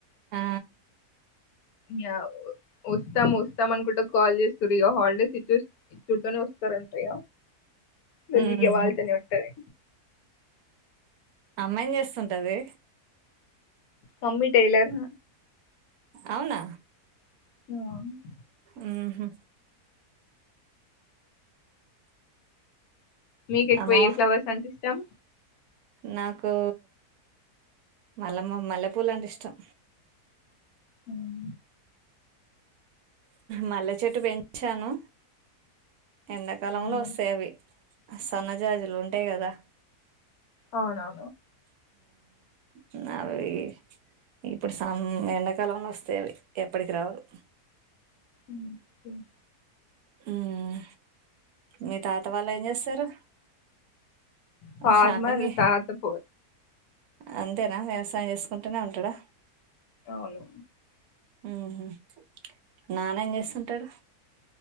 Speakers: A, on the right; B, on the left.
A: ఆ
B: య వస్తాం వస్తాం అనుకుంటే కాల్ చేస్తారు ఇ హాలిడేస్ ఇచ్చేస్తూనే వస్తారంటఇగ గల్కి
A: ఉమ్
B: వాళ్ళతోనే ఉంటది
A: అమ్మ ఏం చేస్తుంటది
B: మమ్మీ టైలర్.
A: అవునా
B: అ
A: ఉమ్ హు
B: మీకు ఎక్కువ
A: అమ్మో
B: ఏ ఫ్లవర్స్ అంటే ఇష్టం?
A: నాకు మల్లెమ, మల్లెపూల అంటే ఇష్టం.
B: హ్మ్మ్
A: మల్లె చెట్టు పెంచాను. ఎండాకాలంలో
B: అవునా
A: వస్తాయి అవి సన్నజాజులు ఉంటాయి కదా.
B: అవునా
A: ఉ అవి ఇప్పుడు సమ్ ఎండాకాలంలో వస్తాయి. అవి ఎప్పటికి రావవి
B: ఉమ్, ఉమ్.
A: ఉమ్ మీ తాత వాళ్ళ ఏం చేస్తారు.
B: ఫార్మల్
A: షాపింగే
B: తాత పో
A: అంతేనా వ్యవసాయం చేసుకుంటూనే ఉంటాడా
B: అవును
A: ఉమ్ హు నాన్న ఏం చేస్తుంటాడు.